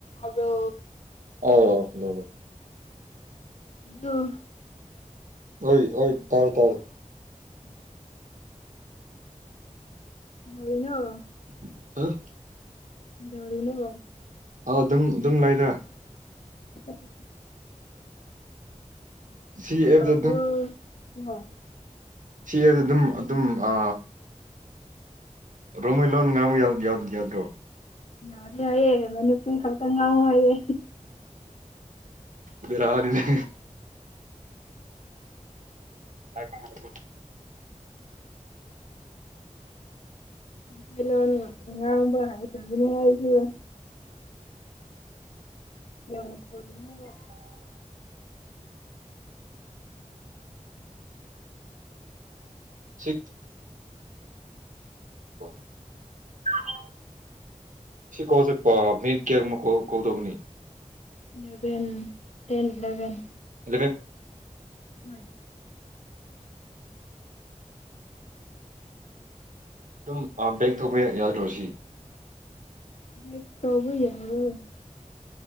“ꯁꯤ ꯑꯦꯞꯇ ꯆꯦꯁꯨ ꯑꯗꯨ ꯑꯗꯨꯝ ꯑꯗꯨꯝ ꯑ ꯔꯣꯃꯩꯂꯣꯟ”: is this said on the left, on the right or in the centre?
Right